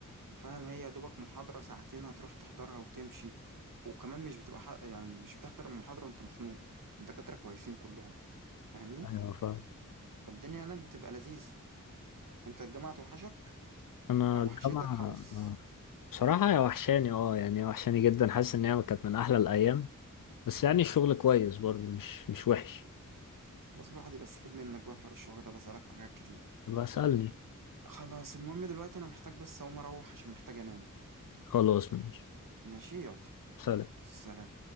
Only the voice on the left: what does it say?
ايوه فاهم
انا
الجامعة
آه. بصراحة هي وحشاني اه يعني هي وحشاني جدا حاسس ان هي كانت من احلى الايام بس يعني الشغل كويس برضه مش مش وحش
بسألني
خلاص ماشي
سلام